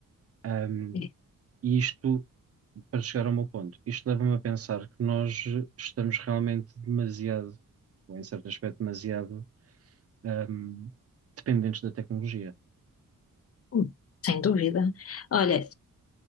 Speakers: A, on the right (about 45°); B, on the left (about 45°).
A: Ahm,
B: É,
A: e isto, para chegar ao meu ponto, isto leva-me a pensar que nós estamos realmente demasiado, ou em certo aspecto, demasiado, ahm, dependentes da tecnologia.
B: hum, Sem dúvida. Olha,